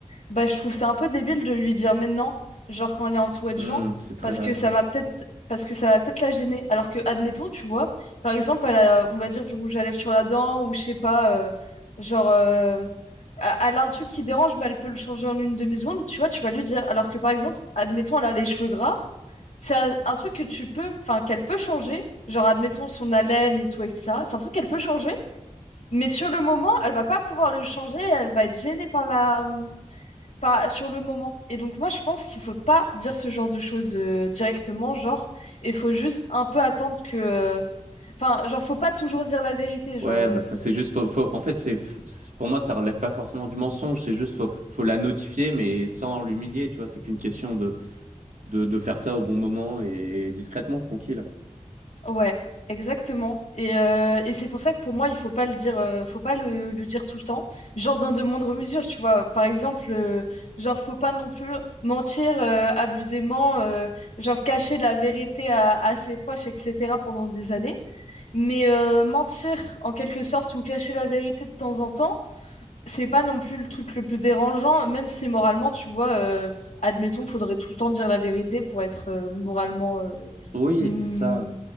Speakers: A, on the left; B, on the right.
A: bah je trouve ça un peu débile de lui dire maintenant, genre quand elle est entourée
B: Hmm,
A: de gens,
B: c'est très
A: parce
B: vrai,
A: que ça
B: ça.
A: va peut-être parce que ça va peut-être la gêner. Alors que, admettons, tu vois, par exemple, elle a, on va dire, du rouge à lèvres sur la dent ou je sais pas, euh, genre. euh, euh, elle a un truc qui dérange, mais elle peut le changer en une demi-seconde, tu vois, tu vas lui dire. Alors que par exemple, admettons, elle a les cheveux gras, c'est un, un truc que tu peux, enfin, qu'elle peut changer, genre admettons son haleine et tout, et etc. C'est un truc qu'elle peut changer, mais sur le moment, elle va pas pouvoir le changer, elle va être gênée par la, pas sur le moment. Et donc moi, je pense qu'il faut pas dire ce genre de choses euh, directement, genre, il faut juste un peu attendre que, euh, enfin, genre, faut pas toujours dire la vérité, genre,
B: Ouais,
A: euh,
B: bah, faut- c'est juste, faut, faut- en fait, c'est, c'est- pour moi, ça relève pas forcément du mensonge, c'est juste, faut, faut la notifier, mais sans l'humilier, tu vois, c'est qu'une question de, de, de faire ça au bon moment et discrètement, tranquille.
A: Ouais, exactement. Et, euh, et c'est pour ça que pour moi, il faut pas le dire, euh, faut pas le, le dire tout le temps. Genre dans de moindres mesures, tu vois. Par exemple, euh, genre faut pas non plus mentir euh, abusément, euh, genre cacher la vérité à, à ses proches, etc. pendant des années. Mais euh, mentir en quelque sorte ou cacher la vérité de temps en temps, c'est pas non plus le truc le plus dérangeant, même si moralement, tu vois, euh, admettons, faudrait tout le temps dire la vérité pour être euh, moralement euh,
B: Oui,
A: hmm,
B: c'est ça.